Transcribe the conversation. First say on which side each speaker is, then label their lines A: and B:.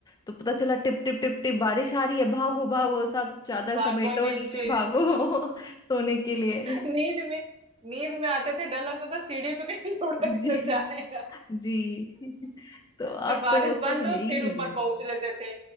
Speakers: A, on the left; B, on the right.
A: तो पता चला टिप टिप टिप टिप बारिश आ रही है भागो भागो सब चादर
B: भागो
A: समेटो
B: नीचे
A: नीचे भागो <laughs> सोने के लिए
B: नींद में नींद में आते थे डर लगता था सीढ़ी पे कहीं <laughs> लुढ़क
A: जी
B: न जाएगा
A: जी तो
B: फिर
A: अब
B: बारिश
A: तो वो सब
B: बंद
A: है
B: हो
A: ही
B: फिर
A: नहीं
B: ऊपर
A: दिन
B: पहुंच लेते थे